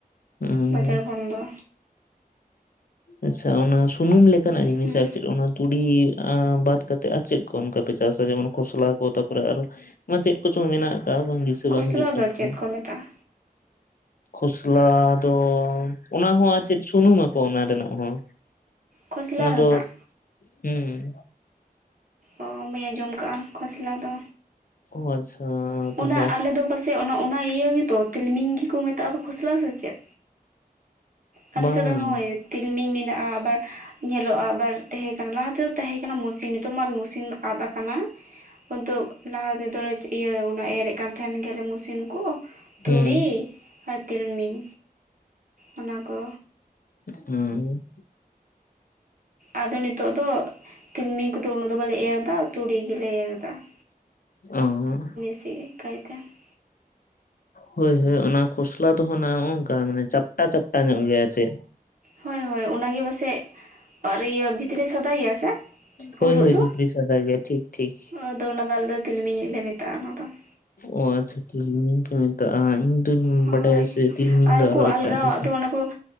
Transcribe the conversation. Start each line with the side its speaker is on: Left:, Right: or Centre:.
Left: ᱦᱩᱸ
Right: ᱵᱟᱡᱟᱨ ᱠᱷᱚᱱ ᱫᱚ
Left: ᱟᱪᱪᱷᱟ ᱚᱱᱟ ᱥᱩᱱᱩᱢ ᱞᱮᱠᱟᱱᱟᱜ ᱡᱤᱱᱤᱥᱟ
Right: ᱦᱩᱸ
Left: ᱟᱨ ᱪᱮᱫ ᱚᱱᱟ ᱛᱩᱲᱤ ᱵᱟᱫ ᱠᱟᱛᱮ ᱮᱫ ᱟᱨ ᱪᱮᱫ ᱠᱚ ᱚᱱᱠᱟ ᱯᱮ ᱪᱟᱥᱟ ᱡᱮᱢᱚᱱ ᱠᱷᱚᱥᱞᱟ ᱠᱚ ᱛᱟᱯᱚᱨᱮ ᱟᱨ ᱪᱮᱫ ᱠᱚᱪᱚᱝ ᱢᱮᱱᱟᱜ ᱵᱟᱝ ᱫᱤᱥᱟᱹ
Right: ᱠᱷᱚᱥᱞᱟ
Left: ᱵᱟᱝ ᱦᱤᱡᱩᱜ ᱠᱟᱱᱟ
Right: ᱫᱚ
Left: ᱛᱤᱧᱹᱟ
Right: ᱪᱮᱫ ᱠᱚ ᱢᱮᱛᱟᱜᱼᱟ
Left: ᱠᱷᱚᱥᱞᱟ ᱫᱚ ᱚᱱᱟ ᱦᱚᱸ ᱟᱨ ᱪᱮᱫ ᱥᱩᱱᱩᱢ ᱟᱠᱚ ᱚᱱᱟ ᱨᱮᱱᱟᱜ ᱦᱚᱸ
Right: ᱠᱷᱚᱥᱞᱟ
Left: ᱚᱱᱟ
Right: ᱨᱮᱱᱟᱜ
Left: ᱫᱚ ᱾ ᱦᱩᱸ
Right: ᱚ ᱢᱟᱧ ᱟᱸᱡᱚᱢ ᱠᱟᱜᱼᱟ᱾ ᱠᱷᱚᱥᱞᱟ ᱫᱚ
Left: ᱚ ᱟᱪᱪᱷᱟ ᱛᱟᱦᱞᱮ
Right: ᱚᱱᱟ ᱟᱞᱮ ᱫᱚ ᱵᱟ ᱥᱮ ᱚᱱᱟ ᱤᱭᱟᱹ ᱜᱮᱛᱚ ᱛᱤᱞᱢᱤᱧ ᱜᱮᱠᱚ ᱢᱮᱛᱟᱜᱼᱟ᱾ ᱠᱷᱚᱥᱞᱟ ᱥᱮ ᱪᱮᱫ? ᱟᱞᱮ
Left: ᱵᱟᱝ
Right: ᱥᱮᱫ ᱫᱚ ᱦᱳᱭ ᱛᱤᱞᱢᱤᱧ ᱢᱮᱱᱟᱜᱼᱟ ᱟᱵᱟᱨ ᱧᱮᱞᱚᱜᱼᱟ? ᱵᱟᱨ ᱛᱮᱦᱮᱸ ᱠᱟᱱᱟ᱾ ᱞᱟᱦᱟ ᱛᱮᱫᱚ ᱛᱟᱦᱮᱸ ᱠᱟᱱᱟ ᱢᱚᱹᱥᱤᱱ ᱱᱤᱛᱚᱜ ᱢᱟ ᱢᱚᱹᱥᱤᱱ ᱟᱫ ᱟᱠᱟᱱᱟ <unintelligible> ᱞᱟᱦᱟ ᱛᱮᱫᱚ ᱤᱭᱟᱹ ᱚᱱᱟ ᱮᱨᱮᱫ ᱠᱟᱱ ᱛᱟᱦᱮᱱ ᱜᱮᱭᱟᱞᱮ ᱢᱚᱹᱥᱤᱱ ᱠᱚ ᱛᱩᱲᱤ
Left: ᱦᱩᱸ
Right: ᱟᱨ ᱛᱤᱞᱢᱤᱧ ᱚᱱᱟᱠᱚ
Left: ᱦᱩᱸ
Right: ᱟᱫᱚ ᱱᱤᱛᱚᱜ ᱫᱚ ᱛᱤᱞᱢᱤᱧ ᱠᱚᱫᱚ ᱩᱱᱟᱹᱜ ᱫᱚ ᱵᱟᱞᱮ ᱮᱨ ᱫᱟ ᱛᱩᱲᱤ ᱜᱮᱞᱮ ᱮᱨ ᱫᱟ ᱾
Left: ᱚ
Right: <unintelligible>
Left: ᱦᱳᱭ ᱦᱳᱭ ᱚᱱᱟ ᱠᱷᱚᱥᱞᱟ ᱫᱚ ᱦᱚᱸ ᱱᱚᱜᱝᱠᱟ ᱢᱟᱱᱮ ᱪᱟᱯᱴᱟ ᱪᱟᱯᱴᱟ ᱧᱚᱜ ᱜᱮᱭᱟ ᱪᱮᱫ?
Right: ᱦᱳᱭ ᱦᱳᱭ ᱚᱱᱟᱜᱮ ᱯᱟᱥᱮᱡ ᱚᱨ ᱤᱭᱟᱹ ᱵᱷᱤᱛᱨᱤ ᱥᱟᱫᱟᱭᱮᱭᱟ ᱥᱮ?
Left: ᱦᱳᱭ
Right: ᱩᱨᱚᱜ
Left: ᱦᱳᱭ
Right: ᱫᱚ
Left: ᱵᱷᱤᱛᱨᱤᱥ ᱥᱟᱫᱟ ᱜᱮᱭᱟ ᱴᱷᱤᱠ ᱴᱷᱤᱠ
Right: ᱟᱫᱚ ᱚᱱᱟᱫᱚ ᱟᱞᱮᱫᱚ ᱛᱤᱞ ᱢᱤᱧ ᱞᱮ ᱢᱮᱛᱟᱜᱼᱟ ᱚᱱᱟᱫᱚ ᱾
Left: ᱚ ᱟᱪᱪᱷᱟ ᱛᱤᱞᱢᱤᱧ ᱠᱚ ᱢᱮᱛᱟᱜᱼᱟ ᱤᱧ ᱫᱚᱩᱧ
Right: ᱦᱳᱭ
Left: ᱵᱟᱰᱟᱭᱟ ᱥᱮ ᱛᱤᱞᱢᱤᱧ
Right: ᱟᱨ
Left: ᱫᱚ
Right: ᱠᱚ
Left: ᱟᱨᱚ
Right: ᱟᱞᱜᱟᱣᱟᱜ
Left: ᱮᱴᱟᱜ ᱨᱮ
Right: ᱫᱚ ᱚᱱᱟ ᱠᱚ